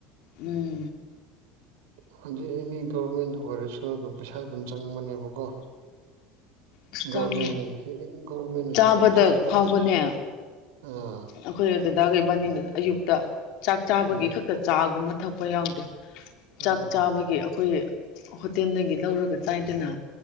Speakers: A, on the left; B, on the right.
A: ꯎꯝ
B: ꯍꯧꯖꯤꯛ ꯑꯦꯅꯤ ꯒꯚꯔꯃꯦꯟꯗ ꯑꯣꯏꯔꯁꯨ ꯑꯗꯨꯝ ꯄꯩꯁꯥ ꯑꯗꯨꯝ ꯆꯪꯕꯅꯦꯕꯀꯣ
A: ꯑꯁ ꯆꯥꯡꯉꯦ
B: ꯒꯣꯚꯃꯦꯟ ꯍꯤ ꯒꯣꯚꯃꯦꯟꯅ
A: ꯆꯥꯕꯗ
B: ꯍꯤꯗꯥꯛꯇꯣ ꯐꯤ
A: ꯐꯥꯎꯕꯅꯦ
B: ꯑꯥ
A: ꯑꯩꯈꯣꯏ ꯗꯗꯥꯒ ꯏꯕꯅꯤꯅ ꯑꯌꯨꯛꯇ ꯆꯥꯛ ꯆꯥꯕꯒꯤ
B: ꯎꯝ
A: ꯈꯛꯇ ꯆꯥꯒꯨꯝꯕ ꯊꯛꯄ ꯌꯥꯎꯗꯦ
B: ꯎꯝ
A: ꯆꯥꯛ ꯆꯥꯕꯒꯤ ꯑꯩꯈꯣꯏ ꯍꯣꯇꯦꯜꯗꯒꯤ ꯂꯧꯔꯒ ꯆꯥꯏꯗꯅ